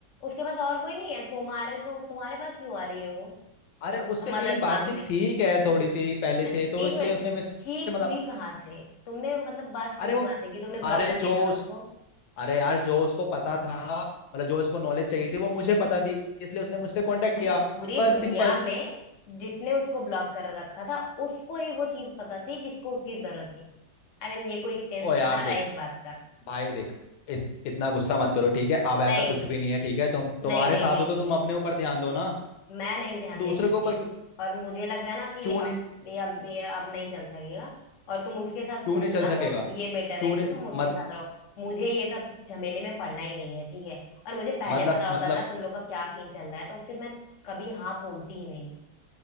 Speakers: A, on the left; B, on the left.
A: उसके पास और कोई नहीं है तुम्हारे तो तुम्हारे पास क्यों आ रही है वो
B: अरे उससे
A: मदद
B: मेरी बातचीत
A: मांगने
B: ठीक है थोड़ी सी पहले
A: मैं-
B: से तो
A: एक
B: इसलिए
A: मिनट
B: उसने मिस
A: ठीक
B: मतलब
A: हुई कहाँ से तुमने मतलब बात शुरू
B: अरे वो
A: कहाँ से कि तुमने ब्लॉक
B: अरे
A: कर दिया
B: जो
A: था ना
B: उस
A: उसको
B: अरे यार जो उसको पता था मतलब जो उसको नॉलेज चाहिए थी वो मुझे पता थी इसलिए उसने मुझसे कांटेक्ट
A: अच्छा
B: किया
A: पूरी
B: बस
A: दुनिया
B: सिंपल
A: में जिसने उसको ब्लॉक कर रखा था उसको ही वो चीज पता थी जिसको उसकी जरूरत थी आई I मीन mean, ये कोई सेंस
B: ओ
A: बना
B: यार
A: रहा
B: देख
A: है इस बात का
B: भाई देख इत, इतना गुस्सा मत करो ठीक है अब ऐसा
A: नहीं
B: कुछ भी नहीं है ठीक है तो
A: नहीं
B: तुम्हारे
A: नहीं
B: साथ
A: नहीं
B: हो तो
A: नहीं
B: तुम
A: नहीं
B: अपने ऊपर ध्यान दो ना
A: मैं नहीं ध्यान दे
B: दूसरे
A: सकती
B: के ऊपर क्यों
A: और मुझे लगता है ना कि
B: क्यों
A: अब
B: नहीं
A: ये अब ये अब नहीं चल सकेगा और तुम उसके साथ
B: क्यों
A: खुश
B: नहीं चल
A: हो ना
B: सकेगा
A: तो ये बेटर
B: क्यों
A: है कि
B: नहीं
A: तुम उसके
B: मत,
A: साथ रहो मुझे ये सब झमेले में पड़ना ही नहीं है ठीक है और मुझे पहले
B: मतलब
A: पता
B: मतलब
A: होता ना तुम लोग का क्या सीन चल रहा है तो फिर मैं कभी हाँ बोलती ही नहीं